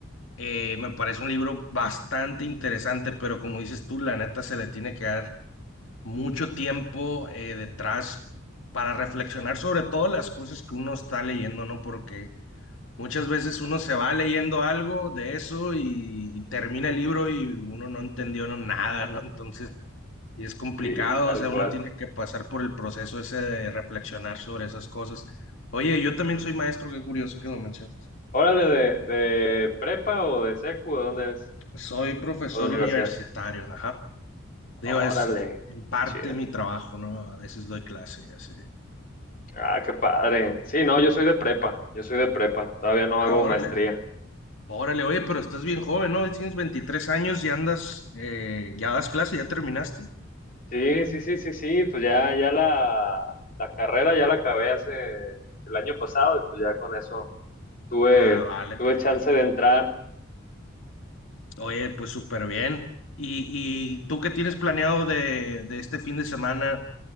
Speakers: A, on the left; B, on the left.
A: Eh, me parece un libro bastante interesante, pero como dices tú, la neta se le tiene que dar mucho tiempo eh, detrás para reflexionar sobre todas las cosas que uno está leyendo, ¿no? Porque muchas veces uno se va leyendo algo de eso y, termina el libro y uno no entendió no, nada, ¿no? Entonces y es complicado,
B: Y tal
A: o sea,
B: cual.
A: uno tiene que pasar por el proceso ese de reflexionar sobre esas cosas. Oye, yo también soy maestro, qué curioso que lo mencionas.
B: Órale, de, de prepa o de secu, ¿de dónde es?
A: Soy profesor
B: ¿O de universidad?
A: universitario, ajá. Digo,
B: Órale,
A: es en parte
B: chido.
A: mi trabajo, ¿no? A veces doy clase y así.
B: Ah, qué padre. Sí, no, yo soy de prepa, yo soy de prepa, todavía no
A: Ah,
B: hago
A: órale,
B: maestría.
A: órale, oye, pero estás bien joven, ¿no? Tienes 23 años y andas, eh, ya das clase, ya terminaste.
B: Sí, sí, sí, sí, sí, pues ya, ya la, la carrera ya la acabé hace el año pasado y pues ya con eso tuve,
A: Ah, vale,
B: tuve
A: perfecto.
B: chance de entrar.
A: Oye, pues súper bien. ¿Y, y tú qué tienes planeado de, de este fin de semana